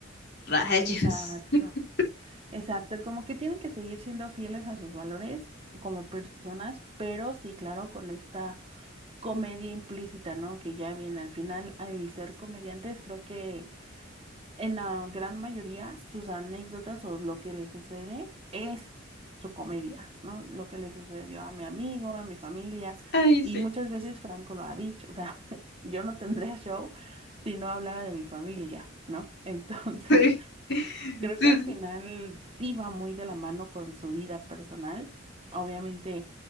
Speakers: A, on the left; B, on the right.
A: rayos.
B: exacto.
A: <laughs>
B: Exacto, como que tienen que seguir siendo fieles a sus valores como personas, pero sí, claro, con esta comedia implícita, ¿no? Que ya viene al final, al ser comediantes, creo que en la gran mayoría sus anécdotas o lo que le sucede es su comedia, ¿no? Lo que le sucedió a mi amigo, a mi familia,
A: Ay,
B: y
A: sí.
B: muchas veces Franco lo ha dicho, o sea, <laughs> yo no tendría show si no hablara de mi familia, ¿no? <laughs> Entonces,
A: Sí, <laughs>
B: Creo
A: sí,
B: que al
A: sí.
B: final sí va muy de la mano con su vida personal. Obviamente